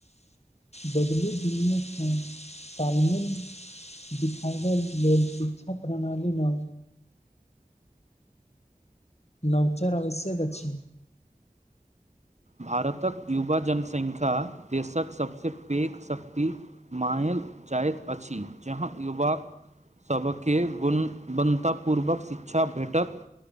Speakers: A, on the left (about 45°); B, on the right (about 50°).
A: बदलू दिनमे तालमेल दिखाबय लेल शिक्षा प्रणाली न नवचार आवश्यक छी
B: भारतक युवा जनसंख्या देशक सबसँ पैघ शक्ति मायल जाइत अछि जहाँ युवा सभके गुणवततापूर्वक शिक्षा भेटत